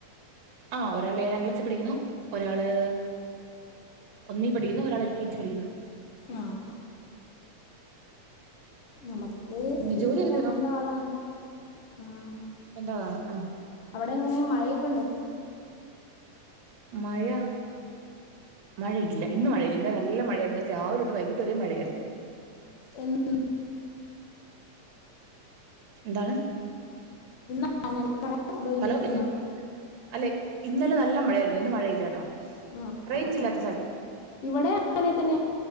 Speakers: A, on the right; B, on the left.
A: ആ ഒരാളേഴാം ക്ലാസ്സി പഠിക്കുന്നു ഒരാള് ഒന്നി പഠിക്കുന്നു ഒരാളെൽ കെ ജി പഠിക്കുന്നു
B: ആഹ് നമക്ക്
A: പിന്നെ
B: ഇവിടെ
A: ജോലിയൊക്കെ
B: രണ്ടാളാണ്
A: തീർന്നോ
B: ആഹ്
A: രണ്ടാളാണ് ആ
B: അവിടെങ്ങനെയാ മയെക്കെണ്ടോ
A: മഴ മഴയില്ല ഇന്ന് മഴയില്ല ഇന്നലെ നല്ല മഴായിര്ന്ന് രാവിലൊട്ട് വൈകിട്ട് ട്ടൊരെം മഴയാരുന്നു
B: എ <unintelligible>
A: ന്താ
B: <unintelligible> ഇന്നാണ് നല്ല മഴ അതോ ഇന്നലെയാണ്
A: ഹലോ ഇന്ന് അല്ലെ ഇന്നലെ നല്ല മഴയായിരുന്നു ഇന്ന് മഴയില്ല കേട്ടോ
B: ആ
A: റേഞ്ച്ല്ലാത്ത
B: ആ. ഇവിടെ അങ്ങനെ തന്നെയ